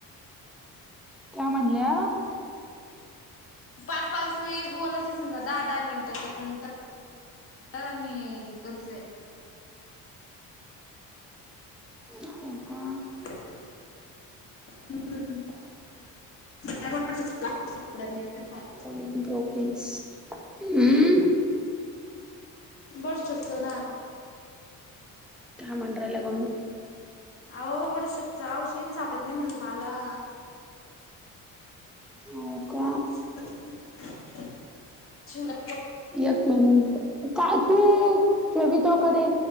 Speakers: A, in the centre; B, on the left (about 40°).
A: त्या म्हणल्या
B: पाच पाच वेळेस बोलच समजा दहा दहा मिनिटच्यांतर तरनी हे करूचय <unintelligible>
A: हो का
B: हम्म <unintelligible>
A: ब प्रोलीस हम् <unintelligible>
B: बड शकतौ ना
A: का म्हड्र लगून <unintelligible>
B: अहो बड शप च आवशीद सापडली म्हणल मला
A: हो का
B: <unintelligible> शिवला
A: एक मिनट काय तू ठे तो करे